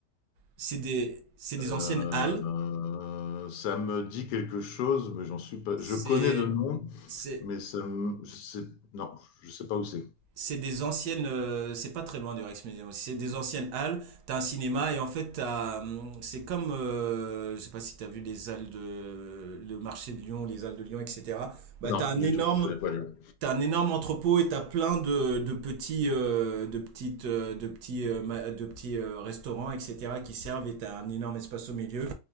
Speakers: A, on the right (about 75°); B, on the left (about 75°).
A: C'est des, c'est des
B: Euh,
A: anciennes halles.
B: ça me dit quelque chose, mais j'en suis pas.
A: C'est.
B: Je connais de nom,
A: C'est.
B: mais ça me... je sais... Non, je sais pas où c'est.
A: c'est des anciennes. euh, c'est pas très loin du Rex Museum aussi. C'est des anciennes halles. T'as un cinéma et en fait, t'as, hum, c'est comme. euh, je sais pas si t'as vu les halles de. Le marché de Lyon, les halles de Lyon, etc. Bah,
B: Non,
A: t'as un
B: du
A: énorme.
B: tout, je connais pas Lyon.
A: T'as un énorme entrepôt et t'as plein de, de petits, euh, de petites, euh, de petits, euh, ma- de petits euh, restaurants, etc. qui servent et t'as un énorme espace au milieu